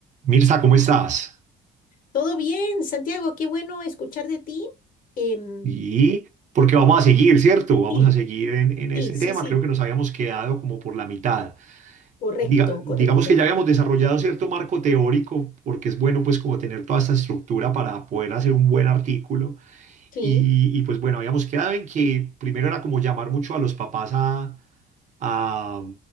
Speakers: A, on the right; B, on the left.
A: Mirza, ¿cómo estás?
B: Todo bien, Santiago, qué bueno escuchar de ti. Em,
A: Y porque vamos a seguir, ¿cierto? Vamos
B: sí,
A: a seguir en, en este
B: sí, sí,
A: tema.
B: sí,
A: Creo que nos habíamos quedado como por la mitad.
B: correcto,
A: Diga- digamos
B: correcto.
A: que ya habíamos desarrollado cierto marco teórico, porque es bueno pues como tener toda esta estructura para poder hacer un buen artículo.
B: Sí,
A: Y, y, pues bueno, habíamos quedado en que primero era como llamar mucho a los papás a, a,